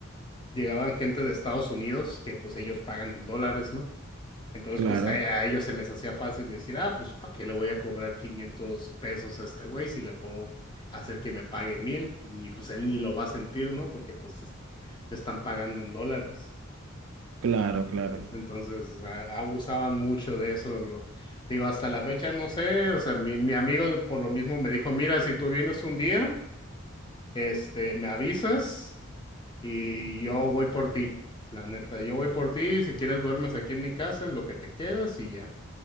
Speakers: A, on the left (about 20°); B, on the right (about 65°).
A: llegaban gente de Estados Unidos que pues ellos pagan en dólares, ¿no? Entonces
B: claro,
A: pues a, a ellos se les hacía fácil decir, ah, pues ¿para qué le voy a cobrar 500 pesos a este güey si le puedo hacer que me pague mil? Y pues él ni lo va a sentir, ¿no? Porque pues es- te están pagando en dólares.
B: claro, claro.
A: Entonces, entonces, a- abusaban mucho de eso. lo- digo, hasta la fecha no sé, o sea, mi, mi amigo por lo mismo me dijo, mira, si tú vienes un día, este, me avisas y yo voy por ti, la neta. Yo voy por ti. Si quieres, duermes aquí en mi casa, en lo que te quedas y ya,